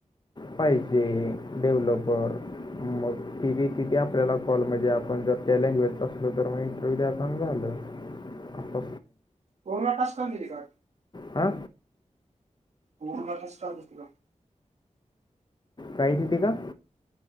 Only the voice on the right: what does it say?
कोरोना टास कर त का
को क कष्टाजतथ